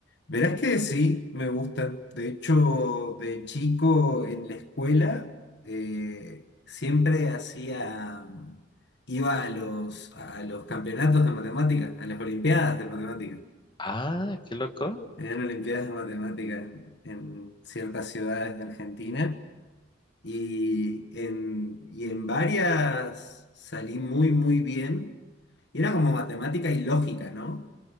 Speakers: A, on the left (about 60°); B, on the left (about 25°).
A: Verás que sí, me gustan. De hecho, de chico en la escuela eh, siempre hacía, mm, iba a los, a los campeonatos de matemáticas, a las olimpiadas de matemáticas.
B: Ah, qué loco.
A: Eran olimpiadas de matemáticas en, en ciertas ciudades de Argentina y en, y en varias salí muy, muy bien. Y era como matemática y lógica, ¿no?